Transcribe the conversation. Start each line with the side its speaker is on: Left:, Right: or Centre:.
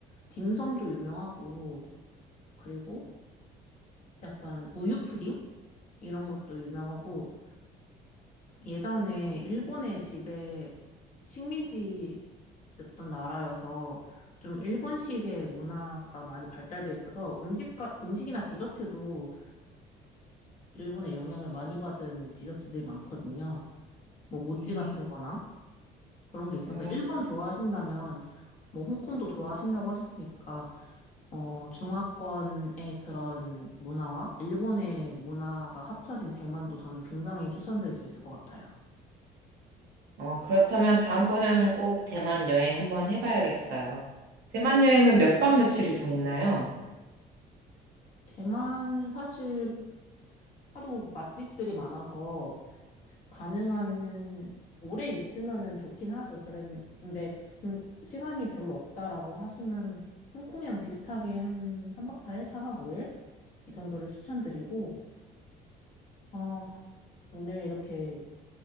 Left: 딤섬도 유명하고 그리고 약간 우유 푸딩? 이런 것도 유명하고 예전에 일본의 집에 식민지였던 나라여서 좀 일본식의 문화가 많이 발달되어 있어서 음식과, 음식이나 디저트도 일본의 영향을 많이 받은 디저트들이 많거든요. 뭐 모찌
Right: 음,
Left: 같은 거나. 그런 게 있어서
Right: 음,
Left: 일본 좋아하신다면 뭐 홍콩도 좋아하신다고 하셨으니까 어, 중화권의 그런 문화와 일본의 문화가 합쳐진 대만도 저는 굉장히 추천드릴 수 있을 것 같아요.
Right: 어, 어, 그렇다면 다음번에는 꼭 대만 여행 한번 해봐야겠어요. 대만 여행은 몇 박 며칠이 좋나요?
Left: 대만은 사실 하도 맛집들이 많아서 가능한 오래 있으면은 좋긴 하죠. 그런 근데 좀 시간이 별로 없다라고 하시면 홍콩이랑 비슷하게 한 3박 4일, 4박 5일 이 정도를 추천드리고 아, 오늘 이렇게